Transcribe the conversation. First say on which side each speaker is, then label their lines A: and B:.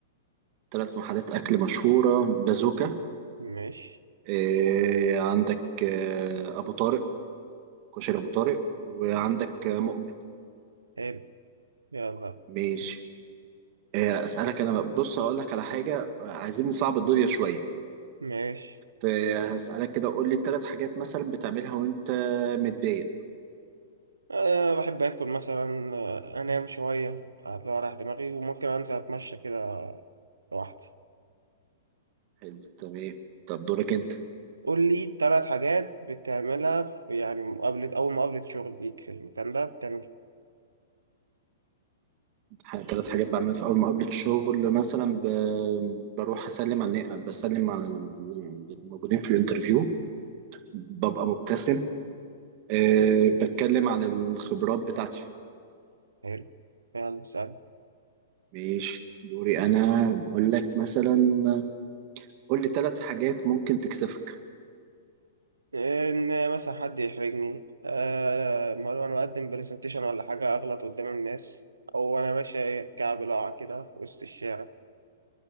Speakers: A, on the right; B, on the right.
A: ثلاث محلات أكل مشهورة بازوكا
B: ماشي
A: آه، عندك آه، أبو طارق كشري أبو طارق وعندك آه، مؤمن
B: حلو يلا
A: ماشي
B: سلام.
A: آه، أسألك أنا بقى- بص هقول لك على حاجة آه، عايزين نصعب الدنيا شوية
B: ماشي
A: فهسألك كده قول لي ثلاث حاجات مثلا بتعملها وأنت متضايق
B: أه بحب آكل مثلا آه، أنام شوية أطلع أريح دماغي وممكن أنزل أتمشى كده لوحدي
A: حلو طب ايه طب دورك انت
B: قول لي تلات حاجات بتعملها في يعني مقابلة أول مقابلة شغل ليك في المكان ده بتعمل إيه؟
A: ح- تلات حاجات بعملها في اول مقابلة الشغل مثلا ب... بروح اسلم على بسلم على ال- الموجودين في الانترفيو ببقى مبتسم أه بتكلم عن الخبرات بتاعتي
B: حلو يلا سهل
A: ماشي دوري انا اقول لك مثلا قول لي تلات حاجات ممكن تكسفك
B: إن مثلا حد يحرجني أه مرة أنا بقدم برزنتيشن ولا حاجة أغلط قدام الناس أو أنا ماشي كعب لاعة كده في وسط الشارع